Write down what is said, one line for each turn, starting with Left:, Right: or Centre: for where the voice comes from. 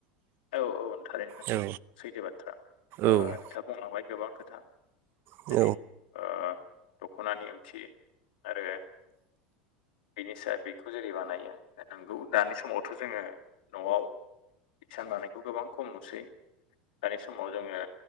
Left: औ औ थारैनो नोंगौ
Right: औ
Left: सैथो बाथ्रा ओ
Right: औ
Left: नोंथाङा बुंलांबाय गोबां खोथा
Right: औ
Left: जेरै ओ दख'नानि ओंथि आरो बिनि सायाव बेखौ जेरै बानायो नंगौ दानि समावथ' जोङो न'आव हिसान दानायखौ गोबां खम नुसै दानि समाव जोङो